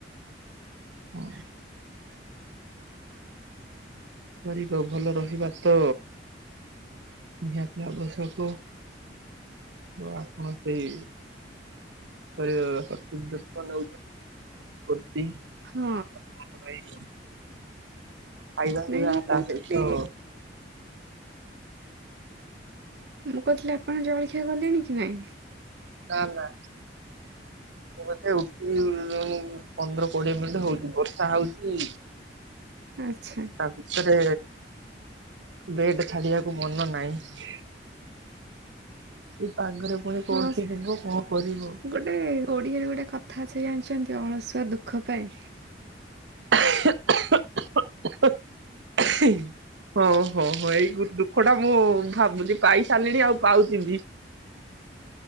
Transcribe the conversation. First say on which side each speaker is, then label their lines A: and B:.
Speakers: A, on the right; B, on the right.
A: ହଁ। <inaudible> ର ଭଲ ରହିବା ତ ନିହାତି ଆବଶ୍ୟକ। ତ ଆପଣ ସେଇ ଶରୀରର ସଠିକ ଯତ୍ନ ନେଉଛନ୍ତି କରଛି <unintelligible>
B: ହଁ।
A: ଭାଇ <unintelligible> ଖାଇବା ପିଇବା
B: ନାଇଁ ମୁଁ
A: ତା
B: କହୁଥିଲି
A: ସହିତ
B: ମୁଁ କହୁଥିଲି ଆପଣ ଜଳଖିଆ କଲେଣି କି ନାଇଁ।
A: ନା ନା। ମୋ କଥା <inaudible> ପନ୍ଦର କୋଡିଏ ମିନିଟ ହଉଛି ବର୍ଷା ହଉଛି।
B: ଆଚ୍ଛା।
A: ତା ଭିତରେ ବେଡ଼ ଛାଡ଼ିବାକୁ ମନ ନାହିଁ। ଏଇ ପାଗରେ ପୁଣି କଉଠି
B: ହଁ
A: ଯିବ କଣ କରିବୁ।
B: ଗୋଟେ ଓଡିଆରେ ଗୋଟେ କଥା ଅଛି ଜାଣିଛନ୍ତି ଅଳସୁଆ ଦୁଃଖ ପାଏ।
A: <inaudible> ଓହୋ ହଁ ଏଇ ଦୁଃଖ ଟା ମୁଁ ଭାବୁଚି ପାଇ ସାରିଲିଣି ଆଉ ପାଉଚି ବି।